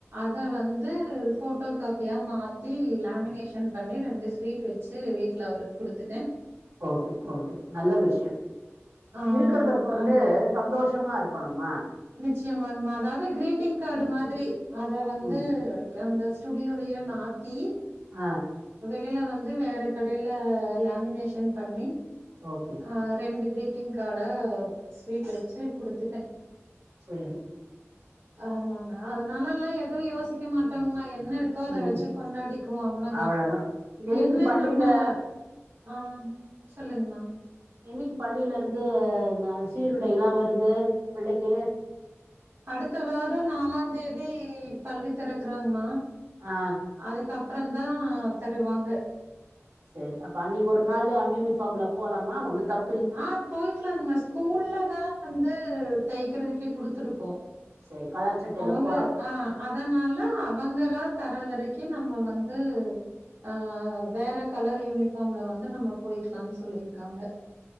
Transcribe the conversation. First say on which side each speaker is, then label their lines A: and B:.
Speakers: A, on the right (about 55°); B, on the right (about 85°).
A: த வந்து ஃபோட்டோ காப்பியா மாத்தி லேமினேஷன் பண்ணி ரெண்டு ஸ்வீட் வெச்சு வீட்ல அவுருக் குடுத்துட்டே
B: ஓக்கே ஓக்கே நல்ல விஷ்யோ
A: ஆ
B: இருக்கறத கொண்டு
A: அந்த
B: சந்தோஷமா இருக்கணும்மா
A: ச்சியமாங்ம்மா அதாவது கிரீட்டிங் காடு மாதிரி அத வந்து
B: ம்
A: கேந்த ஸ் சுடியோலியே மாத்தி
B: அ
A: ளில வந்து வேற கடையில லேமினேஷன் பண்ணி
B: ஓகே
A: ஆஹ் ரெண்டு கிரீ ட்டிங் காடா ஸ்வீட் வெச்சு குடுத்துட்டே
B: சேரி
A: ஆ நானா நல்லால்னா எதுவு யோசிக்க மாட்டங்ம்மா என்ன இருக்கோ அதை
B: ம்
A: வெச்சு கொண்டாடிக்குவோ அவ்ள தா
B: அவ்ளதா என்னைக்கு
A: என்ன
B: பள்ளியில
A: நம்ம ஆஹ் சொல்லுங்மா
B: என்னிக்கு பள்ளில இருந்து ந சீருடை எல்லா வருது பிள்ளைக்கு
A: அடுத்த வாரோ நாலாந் தேதி பள்ளி தெறக்கறாங்மா
B: ஆ
A: அதுக்கப் ப்பறந்தா தருவாங்க
B: சரி அப்ப அன்னிக்கு ஒரு நாளு அன்யூனிஃபாம்லப் போலாமா ஒன்னு தப்
A: ஆஹ் போய்க்கலாங்ம்மா ஸ்கூல்ல தா வந்து தெய்க்கிறதுக் கி குடுத்துருக்கோ
B: சரி கலர் சட்டையில
A: அவங்க
B: போலா
A: அ அதனால அவங்களா தர வரைக்கு நம்ம வந்து ஆஹ் வேற கலர் யூனிஃபாம்ல வந்து நம்ம போயிக்லான் சொல்லிருக்காங்க